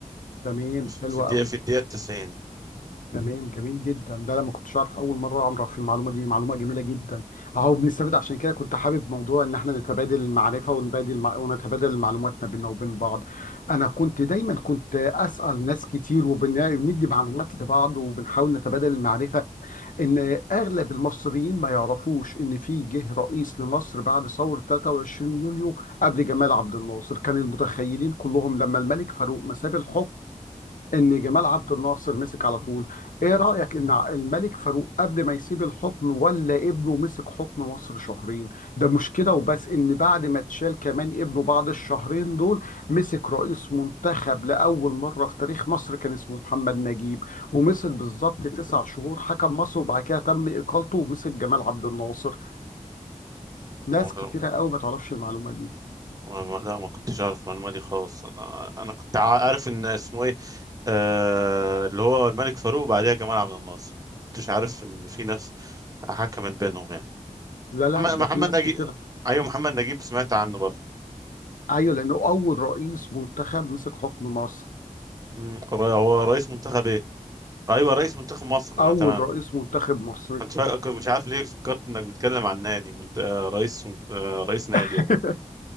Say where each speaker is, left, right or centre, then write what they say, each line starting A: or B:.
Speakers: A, on the left; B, on the right.
A: تمام
B: في
A: حلوة
B: في الدقيقه
A: قوي
B: في الدقيقه 90
A: تمام جميل جدا ده انا ما كنتش اعرف اول مره اعرف المعلومه دي معلومه جميله جدا اهو بنستفيد عشان كده كنت حابب موضوع ان احنا نتبادل المعرفه ونبادل مع... ونتبادل المعلومات ما بيننا وبين بعض انا كنت دايما كنت اسال ناس كتير وبندي معلومات لبعض وبنحاول نتبادل المعرفه ان اغلب المصريين ما يعرفوش ان في جه رئيس لمصر بعد ثوره 23 يوليو قبل جمال عبد الناصر كان المتخيلين كلهم لما الملك فاروق مساب الحكم ان جمال عبد الناصر مسك على طول ايه رأيك ان الملك فاروق قبل ما يسيب الحكم ولا ابنه مسك حكم مصر شهرين ده مشكلة وبس ان بعد ما اتشال كمان ابنه بعد الشهرين دول مسك رئيس منتخب لأول مرة في تاريخ مصر كان اسمه محمد نجيب ومسك بالظبط تسع شهور حكم مصر وبعد كده تم إقالته ومسك جمال عبد الناصر ناس
B: يعني
A: كتيرة قوي ما تعرفش المعلومة دي
B: ما- لا ما كنتش اعرف المعلومه دي خالص انا أنا كنت عارف ان اسمه ايه آه اللي هو الملك فاروق وبعديها جمال عبد الناصر كنتش عارف ان في ناس حكمت بينهم يعني
A: لا لا
B: محمد
A: ده
B: محمد
A: في ناس
B: نجيب
A: كتيرة
B: ايوه محمد نجيب سمعت عنه برضه
A: ايوه لانه اول رئيس منتخب مسك حكم مصر
B: مم، را- هو رئيس منتخب ايه ايوه رئيس منتخب مصر
A: اول
B: ما تمام
A: رئيس منتخب مصري
B: كنت فا- كنت مش عارف ليه فكرت انك بتتكلم عن نادي منت... آه، رئيس منت... آه، رئيس نادي
A: <laughs>
B: ولا